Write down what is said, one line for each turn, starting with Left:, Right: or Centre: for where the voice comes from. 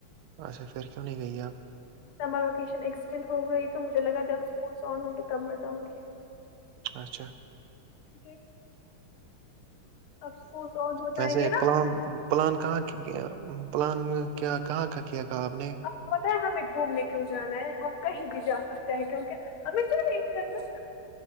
Right: اسا پھر کیوں نہیں گئی ہے آپ
Left: سمر ویکیشن ایکسٹینڈ ہو گ رہی تو مجھے لگا جب اسکولس آن ہ گے تب میں جاں گی
Right: اچھا
Left: جی اب اسکولس آن ہو
Right: ویسے
Left: جائیں گے نا
Right: پلام پلان کہاں کی کیا پلان کیا کہاں کا کیا تھا آپ نے
Left: اچ بتیں ہمیں گھومنے کی جانا ہے ہم کہیں بھی جا سکتے ہیں کیونکہ
Right: <inaudible>
Left: ہمیں چیلنج کرنا